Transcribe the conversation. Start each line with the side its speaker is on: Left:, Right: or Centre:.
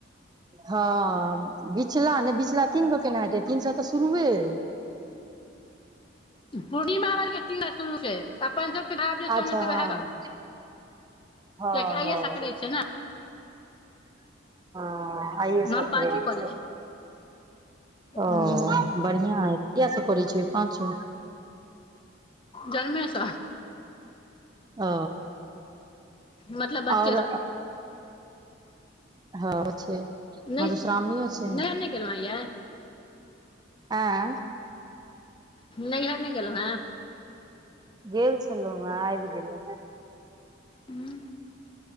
Right: हँ बिचला नहि बिचला तीन गो केना हेतै तीन सए तऽ शुरुए अइ।
Left: पूर्णिमा बरके तीना शुरू छै। अपन सबके आब जे सोम
Right: अच्छा
Left: एतऽ
Right: हँ
Left: वएह सँ
Right: हँ
Left: कियकि आइए सक्राइत
Right: हँ
Left: छै ने‌।
Right: ह आइए सक्राइत
Left: हम पाँचो करै
Right: छै।
Left: छी
Right: ओ
Left: हूँ
Right: बढ़िआँ हइ किया सब करै छियै पाँचो।
Left: जन्मेस।
Right: ओ
Left: मतलब बच्चेसँ
Right: आओर हँ छै
Left: नहि
Right: मधुश्रावणीयो छै।
Left: नैहर नहि गेलहुँ हेँ यै
Right: आँ
Left: नहिहर नहि गेलै हँं।
Right: गेल छलौ हँ आइब गेलहु।
Left: हूँ